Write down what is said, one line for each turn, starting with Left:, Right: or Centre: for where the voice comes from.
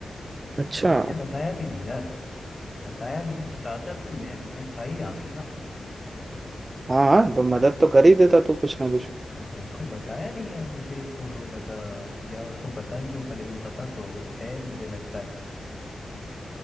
Right: अच्छा
Left: तो उसने बताया भी नहीं यार बताया भी नहीं बताता तो मैं मैं था ही यहाँ पे ना
Right: हाँ हाँ, तो मदद तो कर ही देता तू कुछ ना कुछ
Left: बिल्कुल बताया नहीं यार मुझे तो लगा या उसको पता नहीं होगा लेकिन पता तो है मुझे लगता है